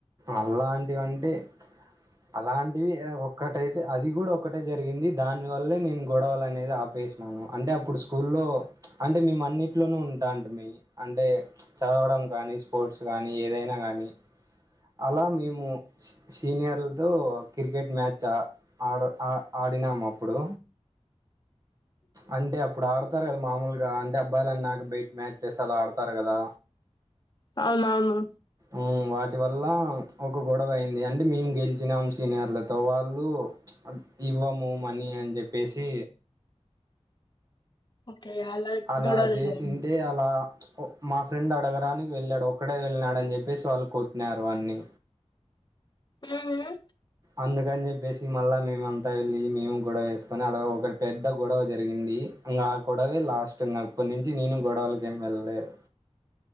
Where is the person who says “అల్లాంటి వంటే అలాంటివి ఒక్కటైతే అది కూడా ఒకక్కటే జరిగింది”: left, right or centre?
Right